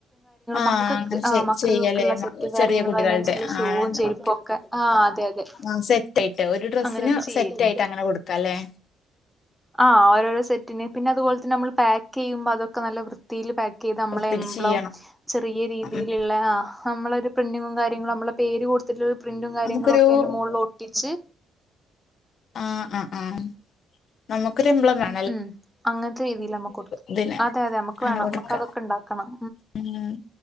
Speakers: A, on the left; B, in the centre.
A: ആഹ
B: മക്കൾക്ക്
A: അങ്ങനെ
B: ആ മക്കൾക്കുള്ള
A: ചെയ്യലേ
B: സെറ്റും
A: ചെറിയ
B: കാര്യങ്ങളും
A: കുട്ടികളുടെ
B: അതിനനുസരിച്ചുള്ള ഷൂവും
A: ആഹ
B: ചെരുപ്പും ഒക്കെ ആ അതെ അതെ
A: ആ സെറ്റായിട്ട് ഒരു ഡ്രസിന്
B: അങ്ങനെയൊക്കെ ചെയ്യായിരുന്നു
A: സെറ്റ് ആയിട്ട് അങ്ങനെ കൊടുക്കല്ലേ
B: ആ ഓരോ സെറ്റിന് പിന്നെ അത് പോലെ തന്നെ നമ്മൾ പാക്ക് ചെയ്യ്പോ അതൊക്കെ നല്ല വൃത്തി വൃത്തിൽ പാക്ക് ചെയ്ത് നമ്മളെ
A: വൃത്തിയിൽ
B: എമ്പ്ളം
A: ചെയ്യണം
B: ചെറിയ രീതിയിലുള്ള
A: ഉം.
B: നമ്മളൊരു പ്രിന്റിങ്ങും കാര്യങ്ങളും നമ്മള് പേര് കൊടുത്തിട്ട് പ്രിന്റും കാര്യങ്ങളും
A: നമുക്കൊരു
B: ഒക്കെ അതിന്റെ മോളിൽ ഒട്ടിച്ച്
A: ആഹ് ആഹ് ആഹ് നമുക്കൊരുമ്പളം വേ
B: ഉം അങ്ങനത്തെ രീതിയിൽ നമ്മ കൊടുക്കും
A: ഇതിന്
B: അതെ അതെ നമക്ക്
A: അങ്ങനെ
B: വേണം
A: കൊടുക്ക
B: നമക്ക് അതൊക്കെ ഇണ്ടാകും ക്കണം
A: ഉം